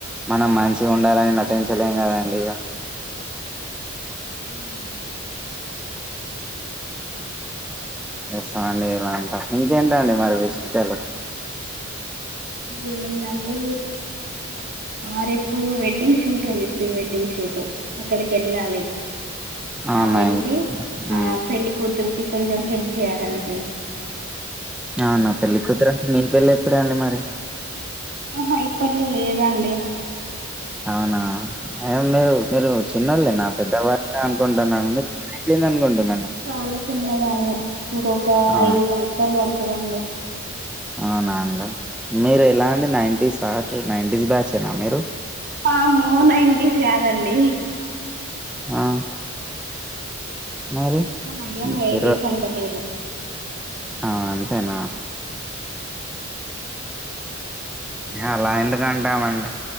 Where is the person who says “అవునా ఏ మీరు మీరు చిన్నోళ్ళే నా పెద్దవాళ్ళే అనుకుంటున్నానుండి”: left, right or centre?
Centre